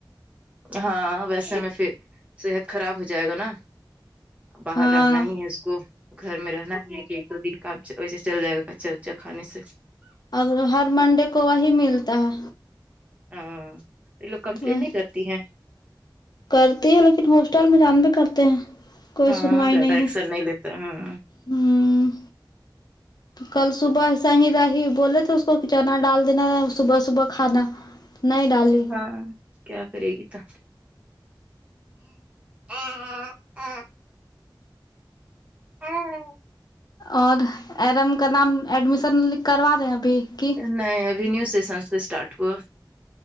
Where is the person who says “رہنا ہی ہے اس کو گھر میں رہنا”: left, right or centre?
Right